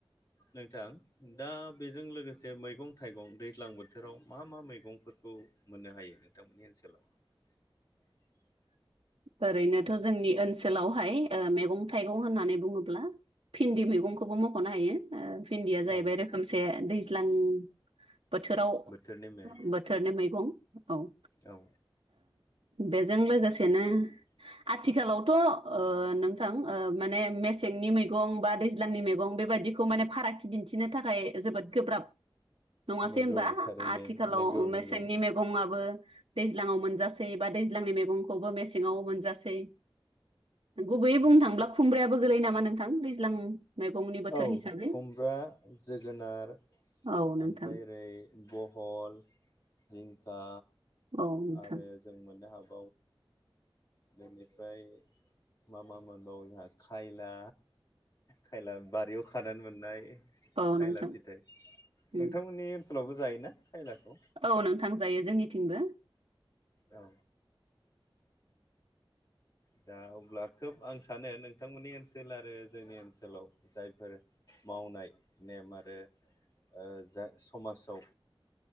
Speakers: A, on the left; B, on the right.
A: नोंथां दा बेजों लोगोसे मैगं थाइ दैज्लां बोथोराव मा मा मैगंफोरखौ मोननो हायो नोंथांमोननि ओनसोला? <unintelligible>
B: ओरैनोथ जोंनि ओनसोलावहाय ओ मेगं थाइगं होननानै बुङोब्ला फिन्दि मैगंखौबो मखनो हायो फिन्दिया जाहैबाय
A: औ
B: रोखोमसे दैज्लां बोथोराव
A: बोथोरनि मैगं
B: बोथोरनि मैगं औ ओ
A: औ
B: बेजों लोगोसेनो
A: <unintelligible>
B: आथिखालावथ ओ नोंथां ओ माने मेसेंनि मैगं बा दैज्लांनि मैगं बेबायदिखौ माने फारागथि दिन्थिनो थाखाय जोबोद गोब्राब नङासै
A: नंगौ
B: होनबा
A: थारैनो
B: आथिखालाव
A: नंगौ नंगौ
B: मेसेंनि मैगंआबो दै ज्लांआव मोनजासै बा दैज्लांनि मैगंखौबो मेसेङाव मोनजै गुबैयै बुं थांल्बा खुंब्रायाबो गोलै नामा नोंथां दैज्लां मैगंनि बोथोर
A: औ
B: हिसाबै
A: खुमब्रा जोगोनार
B: औ नोंथां
A: ओमफ्राय ओरै बहल जिंखा
B: औ नोंथां
A: आरो जों मोननो हाग बेनिफ्राय मा मा मोनबावो जोंहा खायला खायला बारियाव खानानै मोननाय
B: औ
A: खायला
B: नोंथां
A: फिथाइ नोंथांमोननि
B: उम
A: ओनसोलावबो जायोना? खायलाखौ
B: औ नोंथां जायो जोंनिथिंबो
A: औ दा अब्ला खोब आं सानो नोंथांमोननि ओनसोल आरो जोंनि ओनसोलाव जायफोर मावनाय नेम आरो ओ जा समाजाव